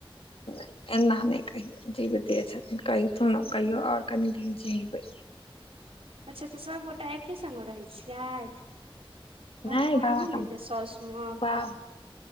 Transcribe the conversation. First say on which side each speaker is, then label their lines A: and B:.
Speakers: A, on the left; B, on the right.
A: नै एना नै कहियौ जिबिते छथिन कहिथुन कहियौ और कनि दिन जिबै।
B: अच्छा तऽ सबगोटा एके संग मे रहै छियैथ। भतबरीए
A: नहि बाबा
B: नै ने
A: के
B: जे साउस मअ अपन।
A: बाह